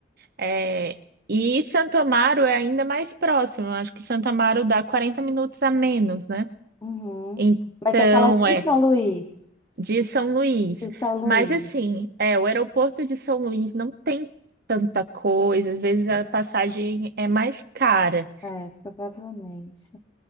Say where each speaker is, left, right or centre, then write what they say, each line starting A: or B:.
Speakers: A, on the right; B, on the left.
A: é, e Santo Amaro é ainda mais próximo. eu Acho que Santo Amaro dá 40 minutos a menos, né?
B: uhum.
A: Então,
B: Mas você fala de
A: é
B: São Luís.
A: de São Luís.
B: De São Luís.
A: Mas, assim, é, o aeroporto de São Luís não tem tanta coisa. Às vezes a passagem é mais cara.
B: É, provavelmente.